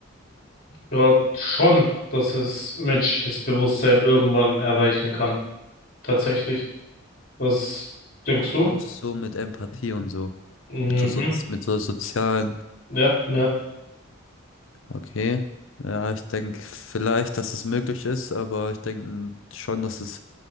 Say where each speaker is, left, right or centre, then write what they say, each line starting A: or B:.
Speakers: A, on the left; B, on the left.
A: Ja, schon, dass es menschliches Bewusstsein irgendwann erreichen kann. Tatsächlich. Was denkst du?
B: Auch so mit Empathie und so.
A: Mhm.
B: Mit so, Soz- mit so sozialen.
A: Ja, ja.
B: Okay. Ja, ich denke vielleicht, dass es möglich ist, aber ich denke schon, dass es